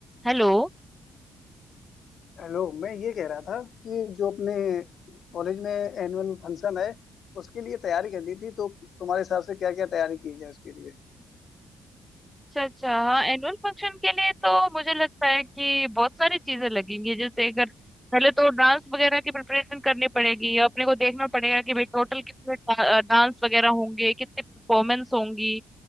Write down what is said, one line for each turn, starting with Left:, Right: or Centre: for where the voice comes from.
Centre: Hello
Left: Hello मैं ये कह रहा था कि जो अपने कॉलेज में एनुअल फंक्शन है उसके लिए तैयारी करनी थी तो तुम्हारे हिसाब से क्या क्या तैयारी की जाए उसके लिए
Centre: अच्छा अच्छा हाँ एनुअल फंक्शन के लिए तो मुझे लगता है कि बहुत सारी चीजें लगेंगी जैसे अगर पहले तो डांस वगैरह की प्रिपरेशन करनी पड़ेगी अपने को देखना पड़ेगा कि भाई टोटल कितने डांस वगैरह होंगे कितने परफॉर्मेंस होंगी